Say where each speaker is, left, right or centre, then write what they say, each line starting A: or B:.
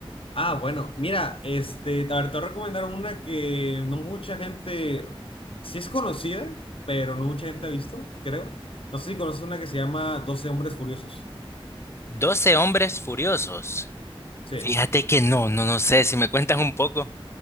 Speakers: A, on the left; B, on the left.
A: Ah, bueno, mira, este, a ver, te voy a recomendar una que no mucha gente, sí es conocida, pero no mucha gente ha visto, creo. No sé si conoces una que se llama Doce Hombres Furiosos.
B: Doce hombres furiosos.
A: Sí.
B: Fíjate que no, no, no sé si me cuentas un poco.